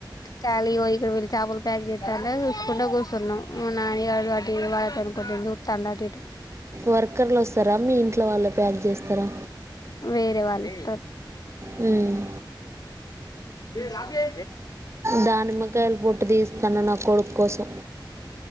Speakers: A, on the left; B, on the right.
A: ఖాళీ ఇక్కడ వీళ్ళి చేపలు ప్యాక్ చేస్త చూసుకుంటే కూర్చున్నాం మా నానిగడు అటు వాళ్ళనుకుంటంది చూస్తాం అటు ఇటు
B: వర్కర్లు వస్తారా మీ ఇంట్లో వాళ్ళు ప్యాక్ చేస్తారా
A: వేరే వాళ్ళుస్త
B: మ్మ్
A: రాగే
B: దానిమ్మకాయలు పొట్టు తీస్తాన నా కొడుకు కోసం